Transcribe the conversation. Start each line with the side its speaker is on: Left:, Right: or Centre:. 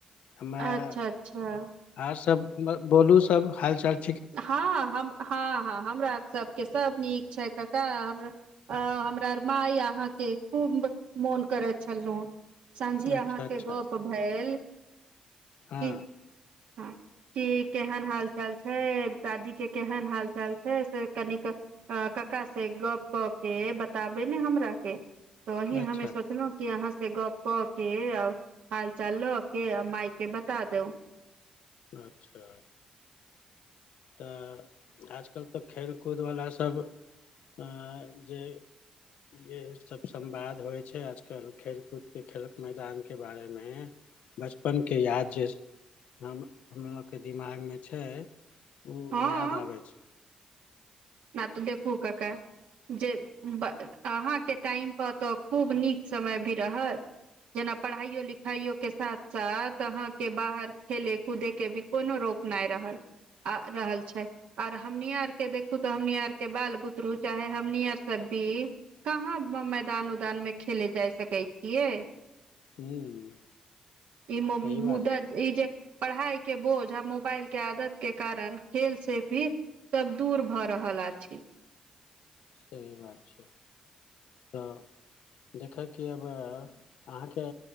Left: हम आर
Right: अच्छा अच्छा
Left: सब म बोलू, सब हाल-चाल?
Right: हँ हम हँ-हँ हमरा सबके सब नीक छै, कका हमरा अँ हमरा अर माय अहाँके खूब मोन करैत छलु। सँझी
Left: अच्छा
Right: अहाँके
Left: अच्छा
Right: गौप भेल की
Left: हँ
Right: हँ कि केहन हाल-चाल छ छय दादी के केहन हाल-चाल छै से कनिक अ कका से गप कऽ के बताबे ने हमरा के, तही
Left: अच्छा
Right: हमे सोच सोचलहु की अहाँ से गप कऽ के, आ ओ हाल चाल लऽ के आ माय के बता दउ।
Left: अच्छा। तऽ आजकल तऽ खेलकूदवला सब अँ जै येहे सब संवाद होइ छै, आजकल खेलकूदके खेलक मैदानके बारेमे बचपनके याद जे, हम हमलोक के दिमागमे छै उ
Right: हँ
Left: याद आबै छै
Right: न तऽ देखू कका जे ब त अहाँके टाइम पर तऽ, खूब नीक समय भी रहल जेना पढ़ाइयो-लिखाइयो के साथ-साथ, अहाँ के बाहर खेले कूदे के भी कोनो रोक नहि रहल आ रहल छै, आर हमनि आर के देख खू तऽ हमनी आर के बाल-बुतरू, चाहे हमनी आर सब भी कहाँ मैदान-उदानमे खेले जाय सकै छियै
Left: ह
Right: ई मं
Left: सही
Right: मुदा
Left: बात
Right: ई जे पढ़ाई के बोझ, आ मोबाइल के आदत के कारण खेल से भी सब दूर भऽ रहल आछि
Left: सही बात छै, तऽ देखक कि अबऽ अहाँके